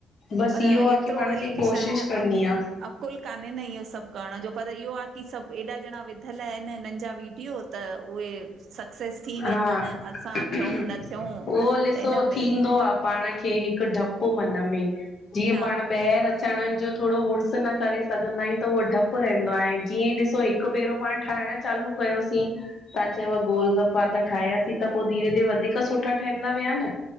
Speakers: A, on the left; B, on the right.
A: बस
B: पर एतिरो
A: इहो आ की पाण
B: वरी
A: खे
B: छा
A: कोशिश
B: आहे न
A: करणी
B: अक
A: आ।
B: अकुल कान्हे न इहो सभ करण जो पर इहो आ। क़ी सभ एॾा ॼणा विधल आहिन हिनन जा वीडियो त उहे सक्सेस थी विया
A: हा
B: आहिनि असां
A: उहो
B: थियूं न थियूं
A: ॾिसो
B: त हिन में
A: थींदो आ। पाण खे हिक डप मन में जीअं
B: हा
A: पाण ॿाहिर अचण जो थोड़ो हुर्स न करे सघंदा आहियूं त उहो डप रहंदो ए जीअं ई ॾिसो हिक हिक भेरो पाण ठएण चालू कयोसीं। तव्हां चयव गोल गप्पा त ठाहियासीं त पोइ धीरे धीरे वधीक सुठा ठहंदा विया न